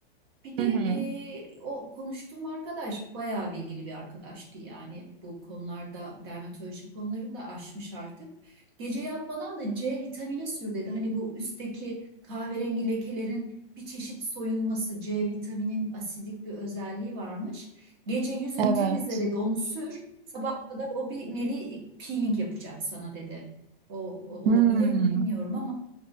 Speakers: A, on the right; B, on the right.
A: Bir de
B: Hı hı.
A: e, o konuştuğum arkadaş bayağı bilgili bir arkadaştı yani bu konularda dermatoloji konularını da aşmış artık. Gece yatmadan da C vitamini sür dedi. Hani bu üstteki kahverengi lekelerin bir çeşit soyulması C vitaminin asidik bir özelliği varmış. Gece yüzünü
B: Evet.
A: temizle dedi onu sür. Sabah kadar o bir nevi peeling yapacak sana dedi. O, o
B: Hmm.
A: olabilir mi bilmiyorum ama